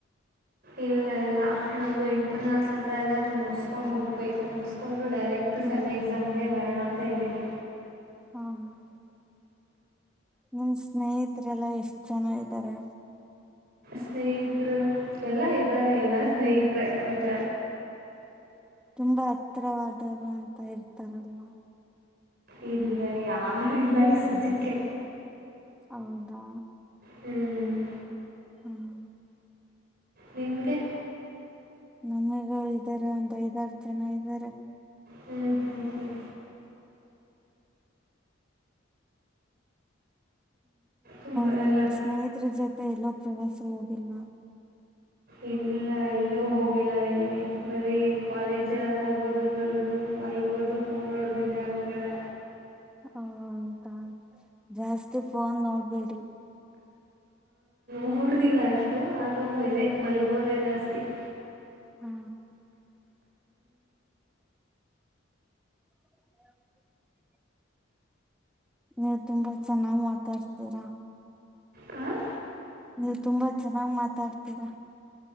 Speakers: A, on the right (about 50°); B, in the centre.
A: ಇಲ್ಲ ಇಲ್ಲ ನಮ್ದು ಇಂಟರ್ನಲ್ಸ್ ಅಂತ ಇದೆ ಅದು ಮುಗಿಸಸ್ಕೊಂಡ್ ಹೋಗ್ಬೇಕು ಮುಗಸ್ಕೊಂಡ ಡೈರೆಕ್ಟ್
B: ಹ್ಮ್
A: ಸೆಮ್ ಎಕ್ಸಾಮ್ ಗೆ ಬರೋಣ ಅಂತ ಇದ್ದೀನಿ
B: ಹ್ಮ ಹ್ಮ ಹ್ಮ್ ಸ್ನೇಹಿತರೆಲ್ಲ ಎಷ್ಟು ಜನ ಇದ್ದಾರೆ
A: ಸ್ನೇಹಿತೃರು ಎಲ್ಲಾ ಇದ್ದಾರೆ ಎಲ್ಲಾ ಸ್ನೇಹತ್ರೆ ವಚ
B: ತುಂಬಾ ಹತ್ರವಾದರು ಅಂತ ಇರ್ತಾರಲ್ವಾ
A: ಇಲ್ಲ ಯಾರು ಇಲ್ಲ ಈಗ ಸದಜಕ್ಕ್ಕೆ
B: ಹೌದಾ
A: ಹ್ಮ್
B: ಹ್ಮ್
A: ನಿಮಗೆ
B: ನಮಗ ಇದ್ದಾರೆ ಒಂದು ಐದಾರು ಜನ ಇದ್ದಾರೆ
A: ಹ್ಮ್ ಹ್ಮ್ ಹ್ಮ್ ತುಂಬ
B: ನಿಮ್ಮ
A: ಎಲ್ಲ
B: ಸ್ನೇಹಿತರ ಜೊತೆ ಮತ್ತೆ ಎಲ್ಲೂ ಪ್ರವಾಸ ಹೋಗಿಲ್ವಾ
A: ಇಲ್ಲ ಎಲ್ಲಿೂ ಹೋಗಿಲ್ಲ ಎಲ್ಲಿ ಬರೀ ಕಾಲೇಜ ಹೋಗೋದು ಬರೋದು ಮಲಗೋದು ಫೋನ್ ನೋಡೋದುಿ ಇದೆ ಆಗೋಗ್ಯಾದೇ
B: ಹ ಹ ಜಸ್ ಫೋನ್ ನೋಡ್ಬೇಡಿ
A: ನೋಡಿದಿಲ್ಲ ಅಷ್ಟು ಅದ್ರು ಅದೇ ಮಲ್ಗೋದೆ ಜಾಸ್ತಿ <unintelligible>
B: ಹಾ <inaudible> ನೀವು ತುಂಬಾ ಚೆನ್ನಾಗ್ ಮಾತಾಡ್ತೀರಾ
A: ಹಾಂ
B: ನೀವು ತುಂಬಾ ಚೆನ್ನಾಗ್ ಮಾತಾಡ್ತೀರಾ